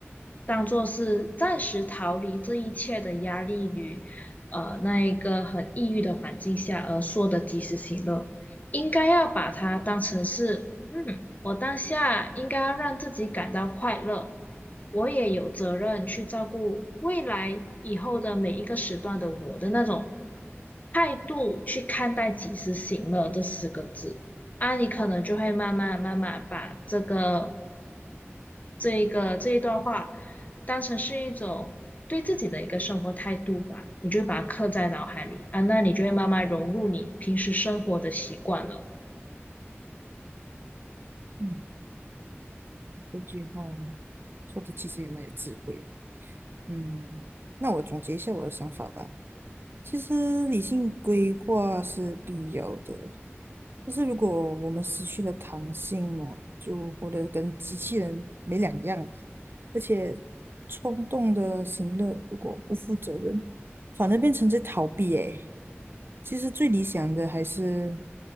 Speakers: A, on the left (about 35°); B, on the right (about 55°).
A: 当做是暂时逃离这一切的压力与呃那一个很抑郁的环境下而说的及时行乐。应该要把它当成是，嗯，我当下应该要让自己感到快乐，我也有责任去照顾未来以后的每一个时段的我的那种态度去看待及时行乐这四个字啊，你可能就会慢慢慢慢把这个这一个这一段话当成是一种。对自己的一个生活态度吧，你就把它刻在脑海里啊，那你就会慢慢融入你平时生活的习惯了。
B: 嗯，这句话说的其实也蛮有智慧。嗯，那我总结一下我的想法吧。其实理性规划是必要的，就是如果我们失去了弹性嘛，就活得跟机器人没两样啊。而且冲动的行乐，如果不负责任，反而变成在逃避。诶，其实最理想的还是